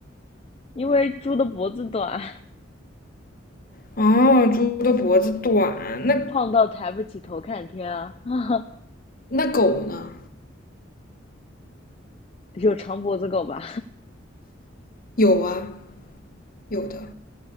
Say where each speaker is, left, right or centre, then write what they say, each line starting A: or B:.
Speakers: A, on the left; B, on the left.
A: 因为猪的脖子短，
B: 哦，猪的脖子短，那
A: 胖到抬不起头看天啊。<laughs>
B: 那狗呢？
A: 有长脖子狗吧？
B: 有啊，有的。